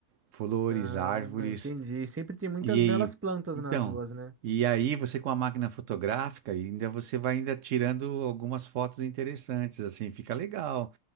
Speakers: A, on the right; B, on the right.
A: Flores,
B: Ah,
A: árvores,
B: entendi. Sempre tem muitas
A: e aí,
B: belas plantas
A: então,
B: nas ruas, né?
A: e aí você com a máquina fotográfica, ainda você vai ainda tirando algumas fotos interessantes, assim, fica legal,